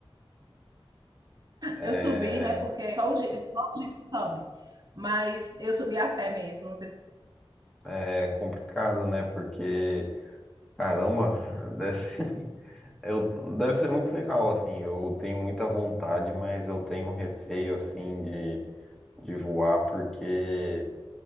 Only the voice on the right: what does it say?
Eu subi, né? Porque só o Jeep, só o Jeep sobe. Mas eu subi a pé mesmo. não teve-